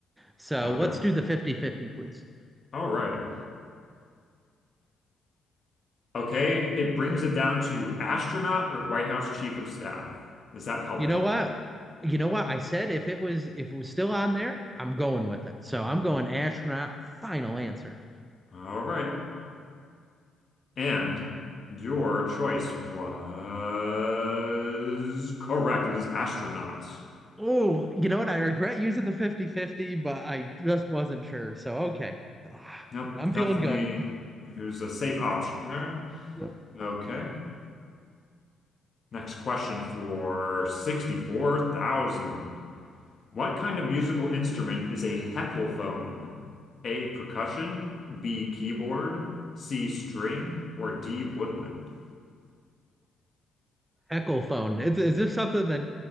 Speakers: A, on the right (about 15°); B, on the left (about 40°).
A: So
B: okay.
A: let's do the fifty fifty, please.
B: All right. Okay, it brings it down to astronaut or White House chief of staff. Does that help
A: You know
B: at all?
A: what? You know what? I said if it was if it was still on there, I'm going with it. So I'm going astronaut. Final answer.
B: All right. And your choice was correct. It is astronaut.
A: Oh, you know what? I regret using the fifty fifty, but I just wasn't sure. So okay. <sighs>
B: Yep,
A: I'm
B: definitely.
A: feeling good.
B: It was a safe option there.
A: Yeah.
B: Okay. Next question for 64,000. What kind of musical instrument is a heckelphone? A percussion, B keyboard, C string, or D woodwind?
A: Heckle phone. Is, is this something that